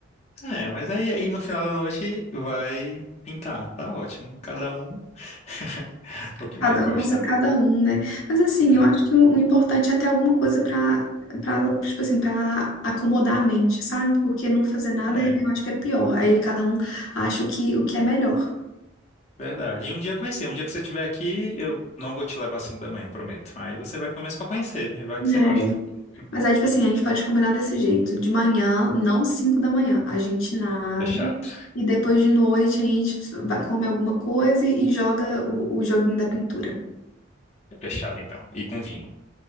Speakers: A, on the left; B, on the left.
A: é, mas aí, aí no final da noite vai pintar, tá ótimo. Cada um <laughs> o que
B: Cada
A: mais gosta,
B: um com seu
A: né?
B: cada um, né? Mas assim,
A: É,
B: eu acho que o, o importante é ter alguma coisa pra, pra, tipo assim, pra acomodar a mente, sabe? Porque não fazer nada
A: é,
B: eu acho que é pior. Aí cada um acha o que, o que é melhor.
A: verdade. E um dia conhecer, um dia que você estiver aqui, eu não vou te levar às 5 da manhã, eu prometo. Aí você vai pelo menos pra conhecer, e vai
B: É.
A: que você gosta. <laughs>
B: Mas aí, tipo assim, a gente pode combinar desse jeito. De manhã, não 5 da manhã, a gente nada.
A: Fechado.
B: E depois de noite a gente vai comer alguma coisa e joga o, o joguinho da pintura.
A: Fechado então. E com vinho.